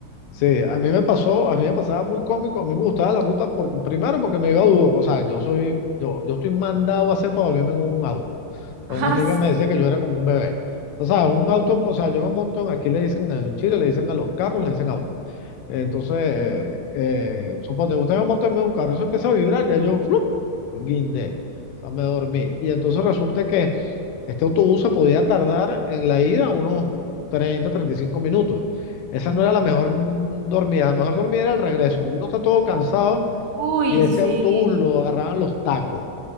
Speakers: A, on the left; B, on the right.
A: Sí, a mí me pasó, a mí me pasaba muy cómico, a mí me gustaba la ruta porque, primero porque me iba a dudo, o sea, yo soy, yo, yo estoy mandado a hacer para dormirme en un auto. O
B: <laughs> ah,
A: sea, una amiga me decía
B: sí.
A: que yo era como un bebé. O sea, un auto, o sea, yo me monto, aquí le dicen, en Chile le dicen a los carros, le dicen auto. Entonces, eh, eh, suponte, usted me monta en un carro, eso empieza a vibrar, ya yo, flup, guindé, o sea, me dormí. Y entonces resulta que este autobús se podía tardar en la ida unos treinta, treinta y cinco minutos. Esa
B: Ah.
A: no era la mejor mm, dormida, la mejor dormida era el regreso, porque uno está todo cansado
B: Uy,
A: y ese
B: sí,
A: autobús lo agarraban los tacos.